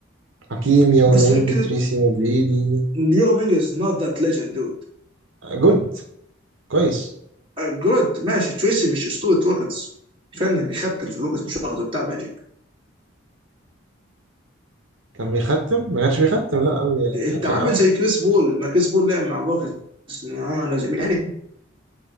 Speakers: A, on the right (about 70°); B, on the right (about 25°).
A: حكيم يومينج
B: بس غير كده
A: تريسي مجريدي
B: ليو مينج از نوت ذات ليجند دود
A: جود كويس
B: آه، جود ماشي تريسي مش اسطوره روكيتس كفايه انه بيختل في الروكيتس مش واخده بتاع ماجيك
A: كان بيختم ما كانش بيختم لا قوي يعني
B: انت
A: كان في
B: عامل
A: الاول
B: زي كريس بول
A: ماشي
B: ما كريس بول لعب مع الروكيتس آه لازم يعني